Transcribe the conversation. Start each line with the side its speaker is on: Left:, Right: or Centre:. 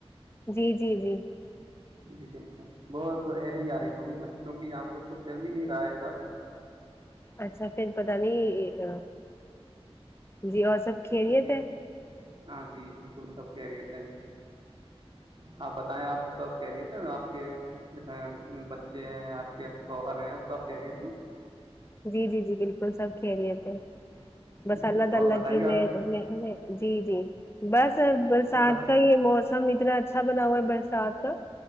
Left: جی جی جی
Right: جی بالکل بہت ایسے ہی آ رہی ہوگی کچھ کیونکہ یہاں پہ کچھ چل بھی نہیں رہا ہے س تو
Left: اچھا پھر پتا نہیں جی اور سب کھیریت
Right: جی
Left: ہے
Right: ہاں جی بالکل سب کہریت ہیں جی ہاں بتائیں آپ سب کہہ رہیے تھے آپ کے جو ہے بچے ہیں آپ کے شوہرے سب کہہرییے تھے
Left: جی جی جی بالکل سب کھیلے تھے بس
Right: جی
Left: اللہ تعالی
Right: اور بتائیے
Left: کی میں
Right: آپ
Left: جی جی بس
Right: جی
Left: برسات
Right: بتائیں
Left: کا ہی موسم ہم اتنا اچھا بنا ہوا ہے برسات کا